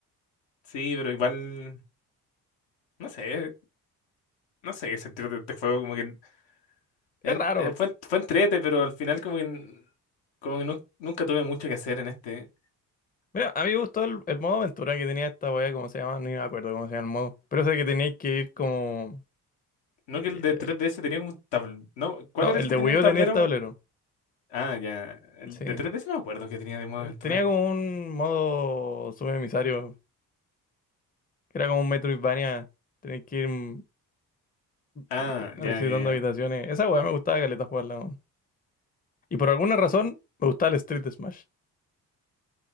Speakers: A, on the left; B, on the left.
A: Sí, pero igual. No sé. No sé qué sentir de este juego. Como que. en- eh,
B: Es raro.
A: fue, fue entrete, pero al final como que. n- Como que nu- nunca tuve mucho que hacer en este.
B: Mira, a mí me gustó el, el modo aventura que tenía esta weá, ¿cómo se llama? Ni me acuerdo cómo se llama el modo. Pero sé que teníais que ir como...
A: No
B: eh,
A: que el de 3DS tenía como un tablero. No, ¿cuál
B: no,
A: era
B: el
A: el que
B: de
A: tenía
B: Wii
A: el
B: U
A: tablero?
B: tenía el tablero,
A: Ah, ya. El
B: sí.
A: de 3DS no me acuerdo que tenía de modo
B: Él
A: aventura.
B: Tenía como un modo subemisario que era como un Metroidvania, tenés que ir mm,
A: Ah,
B: vi-
A: ya,
B: visitando
A: ya, ya.
B: habitaciones. Esa weá me gustaba caleta jugarla, weón. Y por alguna razón me gustaba el Street Smash.